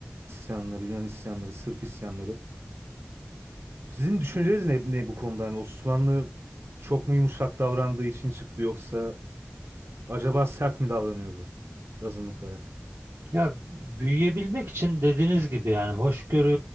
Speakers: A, on the right; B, on the right.
A: isyanları, Yunan isyanları, Sırp isyanları. Sizin düşünceniz ne, ne bu konuda? Hani Osmanlı çok mu yumuşak davrandığı için çıktı yoksa Acaba sert mi davranıyordu azınlıklara?
B: Ya büyüyebilmek için dediğiniz gibi yani hoşgörü